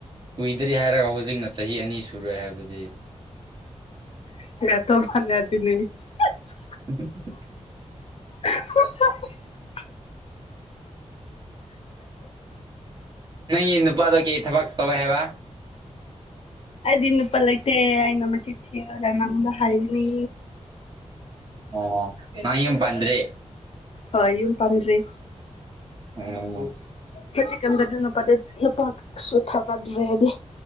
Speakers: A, on the right; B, on the left.
A: ꯀꯨꯏꯗ꯭ꯔꯤ ꯍꯥꯏꯔꯒ ꯍꯧꯖꯤꯛꯅ ꯆꯍꯤ ꯑꯅꯤ ꯁꯨꯔꯦ ꯍꯥꯏꯕꯗꯤ
B: <unintelligible>
A: <inaudible>
B: <unintelligible>
A: ꯅꯪꯒꯤ ꯅꯨꯄꯥꯗꯣ ꯀꯩ ꯊꯕꯛ ꯇꯧꯋꯦ ꯍꯥꯏꯕ
B: ꯑꯩꯗꯤ ꯅꯨꯄꯥ ꯂꯩꯇꯦ ꯑꯩꯅ ꯃꯆꯤꯟ ꯊꯤꯔꯒ ꯅꯪ ꯅꯪꯉꯣꯟꯗ ꯍꯥꯏꯕꯅꯤ
A: ꯑꯣ ꯅꯪ ꯌꯨꯝ ꯄꯥꯟꯗ꯭ꯔꯤ
B: ꯍꯣꯏ ꯌꯨꯝ ꯄꯥꯟꯗ꯭ꯔꯤ
A: ꯑꯣ
B: ꯍꯧꯖꯤꯛꯀꯥꯟꯗꯗꯤ ꯅꯨꯄꯥꯗ ꯅꯨꯄꯥꯁꯨ ꯊꯥꯒꯠꯗ꯭ꯔꯦ ꯍꯥꯏꯗꯤ